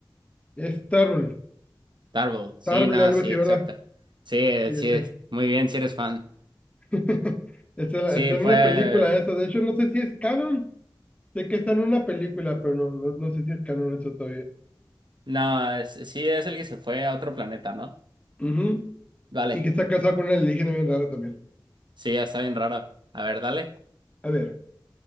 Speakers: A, on the left (about 15°); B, on the right (about 65°).
A: es Tarble.
B: Tarble, sí,
A: Tarble,
B: no,
A: algo
B: sí,
A: así,
B: exacta.
A: ¿verdad?
B: Sí,
A: Sí,
B: sí,
A: ese.
B: es- muy bien, si eres fan.
A: <laughs> Está en la-
B: Sí,
A: está en
B: fue...
A: una película eso. De hecho, no sé si es canon. Sé que está en una película, pero no, no, no sé si es canon eso todavía.
B: No, es- sí, es el que se fue a otro planeta, ¿no?
A: Ujú.
B: Vale,
A: Y que está casado con una alienígena bien rara también.
B: sí, ya está bien raro. A ver, dale.
A: A ver,